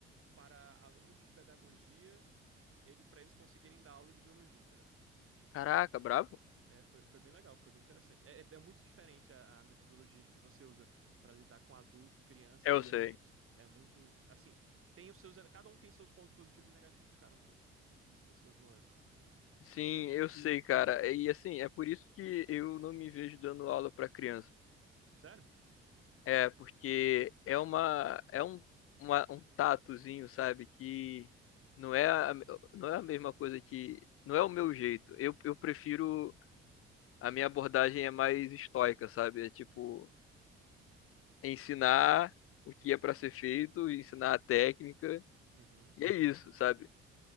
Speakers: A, on the right; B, on the left.
A: para alunos de pedagogia, ele, para eles conseguirem dar aula de biologia, entendeu?
B: Caraca, brabo.
A: É, foi, foi bem legal, foi bem interessante. É, é- é muito diferente a, a metodologia de que você usa para lidar com adulto, criança
B: Eu
A: e adolescente.
B: sei.
A: É muito, assim, tem os seus, ele- cada um tem seus pontos positivos e negativos, cada um tem, os- tem suas nuances.
B: Sim,
A: E,
B: eu sei, cara. E assim, é por isso que eu não me vejo dando aula pra criança.
A: sério?
B: É, porque é uma é um, uma- um tatozinho, sabe, que não é a, não é a mesma coisa que não é o meu jeito. Eu, eu prefiro a minha abordagem é mais estoica, sabe? É tipo ensinar o que é pra ser feito, ensinar a técnica,
A: Uhum.
B: e é isso, sabe?